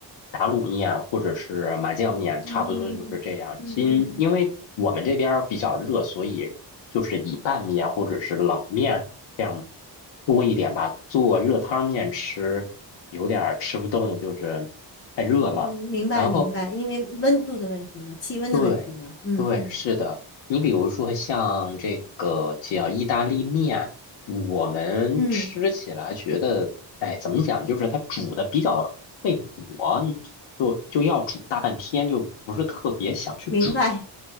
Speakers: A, on the left (about 85°); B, on the left (about 30°).
A: 打卤面或者是麻酱面，差不多就是这样。
B: 嗯嗯嗯嗯嗯嗯，
A: 因因为我们这边儿比较热，所以就是以拌面或者是冷面这样多一点吧。做热汤面吃有点儿吃不动，就是太热了。
B: 嗯明白明白，
A: 然后
B: 因为温度的问题嘛，气温的问题嘛，
A: 对，
B: 嗯嗯
A: 对，是的。你比如说像这个叫意大利面，我们吃起来觉得，
B: 嗯，
A: 哎，怎么讲，就是它煮的比较费火，你就就要煮大半天，就不是特别想去煮。
B: 明白